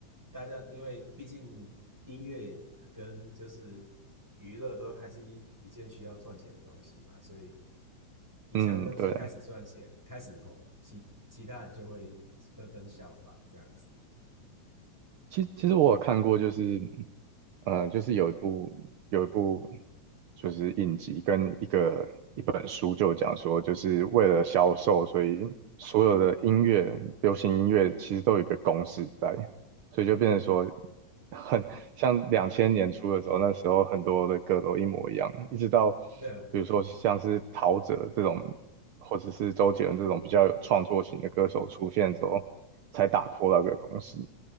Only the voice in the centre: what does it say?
大家因为毕竟音乐跟就是娱乐都还是一一件需要赚钱的东西嘛，所以一项东西开始赚钱，
开始红，其其他人就会纷纷效仿这样子。
嗯，
对啊。